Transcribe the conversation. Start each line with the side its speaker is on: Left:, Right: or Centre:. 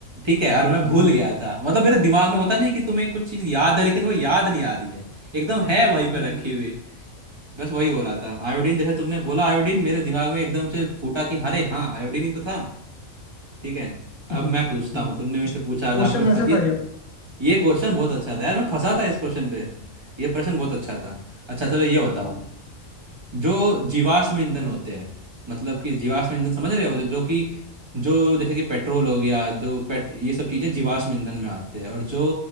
Right: ठीक है और मैं
Left: हम्म
Right: भूल गया था मतलब मेरे दिमाग में होता नहीं कि तुम्हें कुछ चीज याद है लेकिन वो याद नहीं आ रही है एकदम है वहीं पे
Left: हम्म,
Right: रखी हुई बस वही हो रहा था आयोडीन जैसे तुमने बोला आयोडीन मेरे दिमाग में एकदम से फूटा कि अरे हाँ आयोडीन ही तो था ठीक है
Left: हम्म,
Right: अब मैं पूछता
Left: हम्म।
Right: हूँ तुमने मेरे से पूछा
Left: क्वेश्चन
Right: जहाँ पे मैं फ...
Left: ऐसा
Right: ये,
Left: था ये
Right: ये क्वेश्चन बहुत अच्छा था यार मैं फंसा था इस क्वेश्चन पे ये प्रश्न बहुत अच्छा था अच्छा चलो ये बताओ
Left: हम्म,
Right: जो जीवाश्म ईंधन होते हैं मतलब कि जीवाश्म ईंधन समझ रहे हो जो जो कि जो जैसे कि पेट्रोल हो गया जो पेट ये सब चीज़ें जीवाश्म ईंधन में आते हैं और जो